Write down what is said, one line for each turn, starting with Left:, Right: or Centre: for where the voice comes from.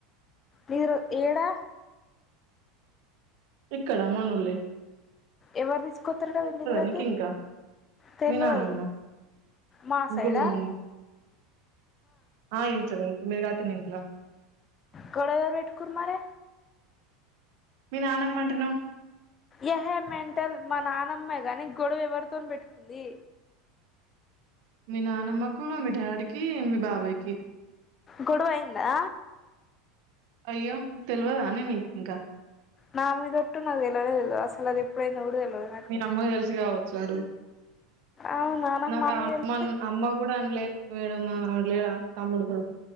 Left: మీరు ఏడా
Right: ఇక్కడ మనొల్లె
Left: ఎవరు తీసుకోత్తారట వీళ్ళ దగ్గరకి
Right: నీకు ఇంకా
Left: తెలవదు
Right: మీ నానమ్మ
Left: మా
Right: ఇంకొల్లోని
Left: సైడా
Right: ఆ ఇంటది మేము గట్టిన ఇంట్ల
Left: గొడవ ఎవరు పెట్టుకున్రు మరి
Right: మీ నానమ్మఅంటనవ్
Left: ఏ హేయ్ మెంటల్ మా నానమ్మే గాని గొడవ ఎవరితోన్ పెట్టుకుంది
Right: మీ నానమ్మకు మీ డాడికి మీ బాబయ్కి
Left: గొడవ అయిందా
Right: అయ్యో తెలివదానే నీకు ఇంకా
Left: నా మీద ఒట్టు నాకూ తెలవనే తెల్దు అసలు అది ఎప్పుడైందో కూడా తెలవదు నాకు
Right: మీ అమ్మకు తెలుసు కావచ్చు అడుగు
Left: అవునా
Right: నాకు
Left: మా
Right: ఆ
Left: మీద
Right: అమ్మ
Left: తెలిస్తే
Right: అమ్మ కూడా అనలే వేరే మావోడు లేడా తమ్ముడు కొడుకు